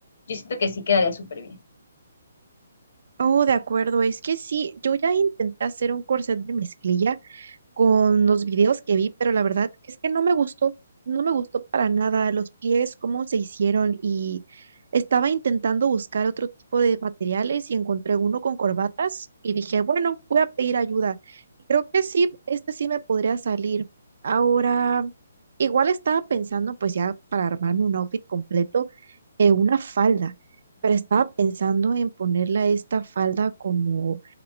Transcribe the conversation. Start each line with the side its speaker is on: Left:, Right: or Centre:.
Left: yo siento que sí quedaría súper bien.
Right: Oh, de acuerdo. Es que sí, yo ya intenté hacer un corset de mezclilla con los videos que vi, pero la verdad es que no me gustó, no me gustó para nada los pies, cómo se hicieron y estaba intentando buscar otro tipo de materiales y encontré uno con corbatas y dije, bueno, voy a pedir ayuda. Y creo que sí, este sí me podría salir. Ahora, igual estaba pensando, pues ya para armarme un outfit completo, eh, una falda, pero estaba pensando en ponerle a esta falda como